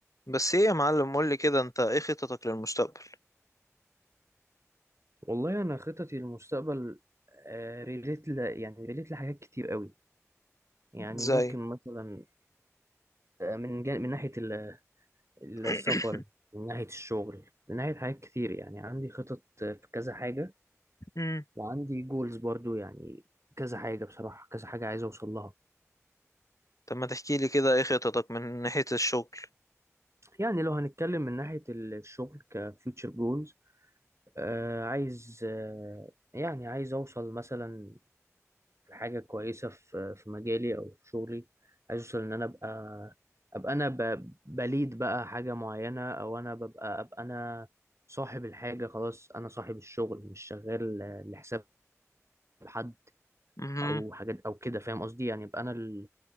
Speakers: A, on the left (about 85°); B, on the right (about 60°).
A: بس ايه يا معلم قول لي كده انت ايه خططك للمستقبل
B: والله انا خططي للمستقبل آه، ريليت ل... يعني ريليت لحاجات كتير قوي يعني
A: ازاي
B: ممكن مثلا آه، من جان... من ناحيه ال- السفر
A: <coughs>
B: من ناحيه الشغل من ناحيه حاجات كتير يعني عندي خطط آه، في كذا حاجه
A: <clears throat> مم.
B: وعندي جولز برضو يعني كذا حاجه بصراحه كذا حاجه عايز اوصل لها
A: طب ما تحكي لي كده ايه خططك من ناحية الشغل
B: يعني لو هنتكلم من ناحيه الشغل كفيوتشر جولز آه عايز آه، يعني عايز اوصل مثلا في حاجة كويسة في في مجالي أو في شغلي عايز أوصل إن أنا أبقى أبقى أنا ب- بليد بقى حاجة معينة أو أنا ببقى أبقى أنا صاحب الحاجة خلاص أنا صاحب الشغل مش شغال لحساب حد
A: امم
B: أو حاجات أو كده فاهم قصدي يعني يبقى أنا ال-